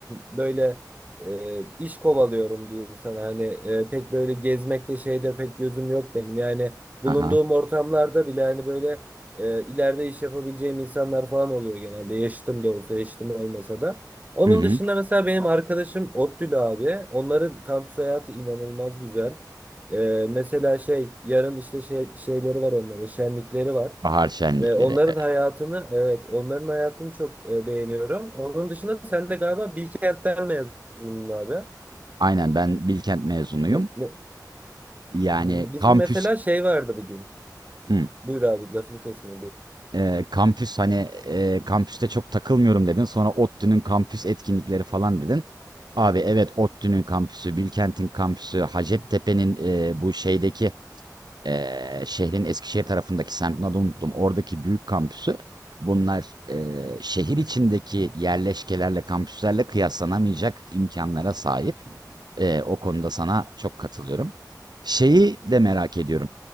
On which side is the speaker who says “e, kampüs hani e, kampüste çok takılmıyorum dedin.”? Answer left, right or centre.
Right